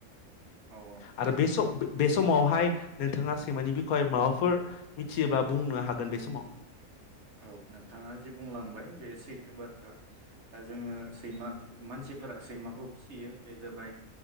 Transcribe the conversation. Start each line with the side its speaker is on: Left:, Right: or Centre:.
Right: औ
Left: आरो बे सम बे समावहाय नोंथाङा सैमानि बिखय माबाफोर मिथियोब्ला बुंनो हागोन बे समाव
Right: औ नोंथाङा जि बुंलांबाय बे सैथो बाथ्रा दा जोङो सैमा मानसिफोरा सैमाखौ फिसियो बे जाबाय